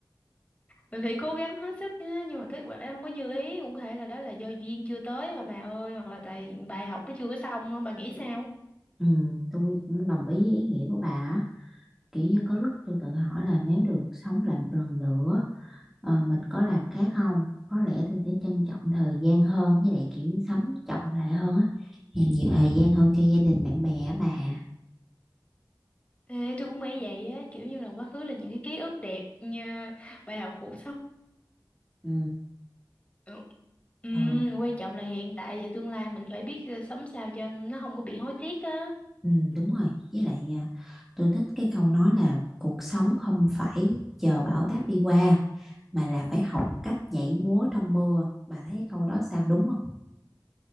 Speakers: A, on the left; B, in the centre.
A: mình phải cố gắng hết sức nhá, nhưng mà kết quả không có như ý, cũng có thể là đó là do duyên chưa tới thôi bà ơi, hoặc là tại bài học nó chưa có xong á, bà nghĩ sao?
B: ừ tôi cũng đồng ý với ý nghĩa của bà á. kiểu như có lúc tôi tự hỏi là nếu được sống lại một lần nữa ờ, mình có làm khác không có lẽ tôi sẽ trân trọng thời gian hơn với lại kiểu sống trọng lại hơn á dành nhiều thời gian hơn cho gia đình bạn bè á bà
A: Ê, tôi cũng nghĩ vậy á, kiểu như là quá khứ là những cái ký ức đẹp như bài học cuộc sống.
B: ừ
A: Ừ. Ừm,
B: ờ,
A: quan trọng là hiện tại và tương lai mình phải biết ờ, sống sao cho nó không có bị hối tiếc á.
B: ừ đúng rồi với lại à, tôi thích cái câu nói là cuộc sống không phải chờ bão táp đi qua mà là phải học cách nhảy múa trong mưa bà thấy cái câu đó sao đúng không